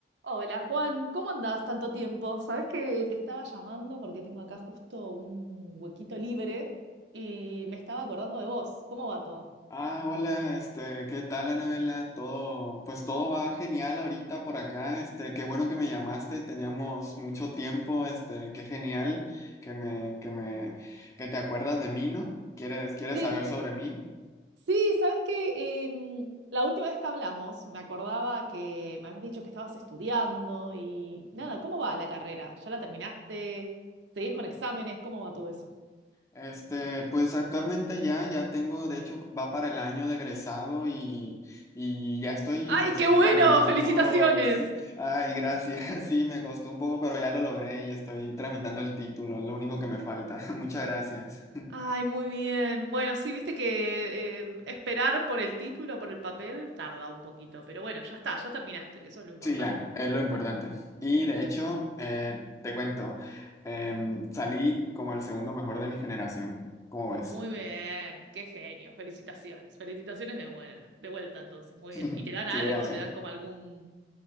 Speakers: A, on the right; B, on the left.
A: Hola Juan, ¿cómo andás tanto tiempo? Sabés que te estaba llamando porque tengo acá justo un huequito libre y me estaba acordando de vos. ¿Cómo va todo?
B: Ah, hola, este, ¿qué tal, Anabela? Todo, pues todo va genial ahorita por acá, este, qué bueno que me llamaste, teníamos mucho tiempo, este, qué genial que me, que me, que te acuerdas de mí, ¿no? ¿Quieres, quieres
A: Sí,
B: saber sobre mí?
A: sí, sabés que em, la última vez que hablamos me acordaba que me habías dicho que estabas estudiando y nada, ¿cómo va la carrera? ¿Ya la terminaste? ¿Seguís con exámenes? ¿Cómo va todo eso?
B: Este, pues actualmente ya, ya tengo, de hecho, va para el año de egresado y, y ya estoy,
A: ¡Ay,
B: este,
A: qué bueno!
B: tramitando,
A: ¡Felicitaciones!
B: sí, ay, gracias, <laughs> sí, me costó un poco, pero ya lo logré y estoy tramitando el título, lo único que me falta, <laughs> muchas gracias.
A: Ay, muy bien. Bueno, sí, viste que eh, esperar por el título, por el papel, tarda un poquito, pero bueno, ya está, ya terminaste, que eso es lo importante.
B: Sí, ya, es lo importante. Y de hecho, eh, te cuento, em, salí como el segundo mejor de mi generación, ¿cómo ves?
A: Muy bien, qué genio. Felicitaciones, felicitaciones de buena, de vuelta entonces, muy
B: <laughs>
A: bien. ¿Y te dan algo?
B: Sí, gracias.
A: ¿Te dan como algún